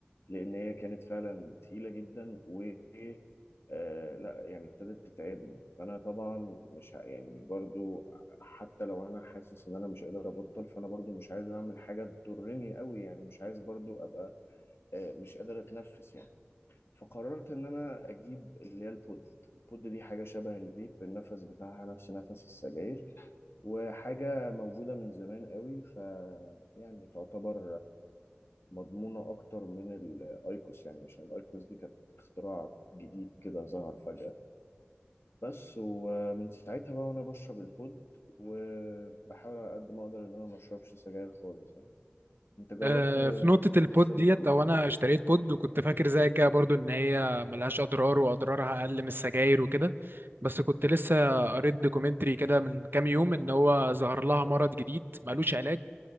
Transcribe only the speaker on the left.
لان هي كانت فعلا تقيله جدا و آه لا يعني ابتدت تتعبني فانا طبعا مش ه- يعني برضو حتى لو انا حاسس ان انا مش قادر ابطل فانا برضو مش عايز اعمل حاجه تضرني قوي يعني مش عايز برضو ابقى آه مش قادر اتنفس يعني فقررت ان انا اجيب اللي هي البود البود دي حاجه شبه الفيب النفس بتاعها نفس نفس السجاير وحاجه موجوده من زمان قوي ف يعني تعتبر مضمونة أكتر من الأيكوس يعني عشان الأيكوس دي كانت اختراع جديد كده ظهر فجأة بس ومن ساعتها بقى وأنا بشرب البود وبحاول على قد ما أقدر إن أنا ما أشربش سجاير خالص يعني أنت جربت
تشرب
البود
دي؟